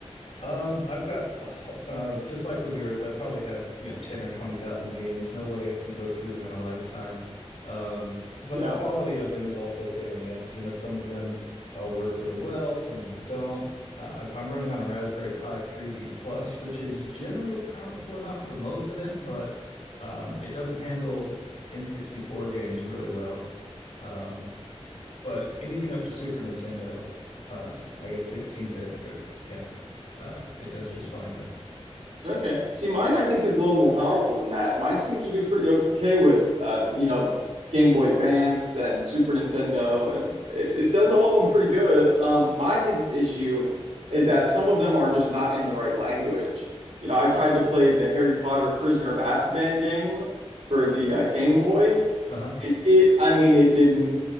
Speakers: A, on the left; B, on the right.
A: Um, I've got a ho- uh, just like with yours, I probably have, you know, 10 or 20,000 games. No way I can go through them in a lifetime. Um, but
B: Yeah.
A: the quality of them is also hit or miss. You know, some of them uh, work really well, some of them don't. Uh, I- I'm running on a Raspberry Pi 3B Plus, which is generally powerful enough for most of them, but um, it doesn't handle N64 games really well. Um, but anything up to Super Nintendo, um, I guess 16 bit, or yeah, uh, it does just fine with.
B: Okay. See, mine I think is a little more powerful than that. Mine seems to do pretty okay with uh, you know Game Boy Advanced and Super Nintendo, and it, it does all of them pretty good. Um, my biggest issue is that some of them are just not in the right language. You know, I tried to play the Harry Potter Prisoner of Azkaban game for the uh, Game Boy,
A: Uh-huh. <laughs>
B: It, it, I mean, it didn't,